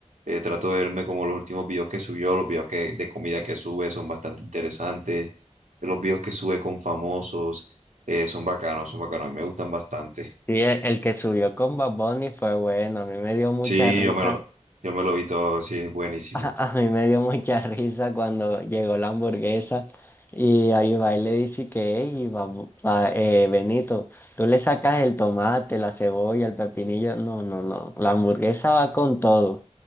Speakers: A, on the right (about 90°); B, on the left (about 15°).
A: eh, trato de verme como los últimos videos que subió, los videos que, de comida que sube son bastante interesantes. Los videos que sube con famosos, eh, son bacanos, son bacanos. A mí me gustan bastante.
B: Sí, el, el que subió con Bad Bunny fue bueno, a mí me dio mucha
A: Sí,
B: risa.
A: yo me lo, yo me lo vi todo, sí, es buenísimo.
B: <laughs> A, a mí me dio mucha risa cuando llegó la hamburguesa y ahí va y le dice que, hey, Babu- Ba- eh, Benito, tú le sacas el tomate, la cebolla, el pepinillo. No, no, no. La hamburguesa va con todo.